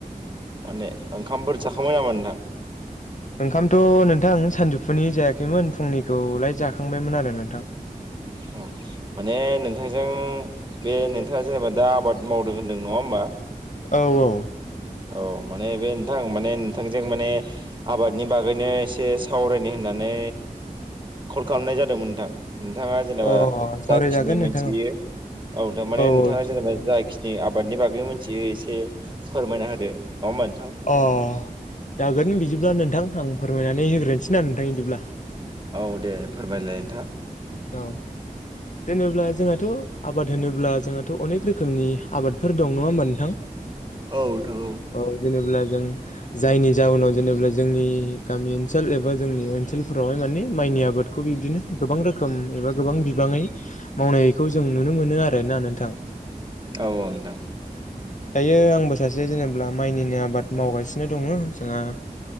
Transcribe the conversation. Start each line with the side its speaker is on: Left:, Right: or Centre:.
Right: माने ओंखामफोर जाखांबाय नामा नोंथां?
Left: ओंखामथ' नोंथां सानजौफुनि जायाखैमोन फुंनिखौलाय जाखांबायमोन आरो नोंथां।
Right: औ माने नोंथांजों बे नोंथाङा जेनेबा दा आबाद मावदों होनदों नङा होमबा
Left: औ औ
Right: औ माने बे नोंथां माने नोंथांजों माने आबादनि बागैनो एसे सावरायनो होनना नै कल खालामनाय जादोंमोन नोंथां। नोंथाङा जेनेबा
Left: औ अ सावरायजागोन
Right: जाखिनि
Left: नोंथां
Right: मोनथियो
Left: औ
Right: औ थारमाने नोंथाङा
Left: औ सावरायजागोन
Right: जेनेबा जाखिनि आबादनि बागै मिथियो एसे फोरमायना होदो। होमबा नोंथां
Left: अ जागोन बिदिब्ला नोंथां आं फोरमायनानै होग्रोसै ना नोंथां बिदिब्ला
Right: औ दे फोरमायलाय नोंथां
Left: औ जेनेब्ला जोंहाथ' आबाद होनोब्ला जोंहाथ' अनेक रोखोमनि आबादफोर दं नङा होमबा नोंथां
Right: औ नोंथां
Left: औ जेनेब्ला जों जायनि जउनाव जेनेबा जोंनि गामि ओनसोल एबा जोंनि ओनसोलफोरावहाय मानि माइ नि आबादखौ बिदिनो गोबां रोखोम रोखोम एबा गोबां बिबाङै मावनायखौ जों नुनो मोनो आरोना नोंथां
Right: औ औ नोथां
Left: दायो आंबो सासे जेनेबा माइनिनो आबाद मावगासिनो दङ जोंहा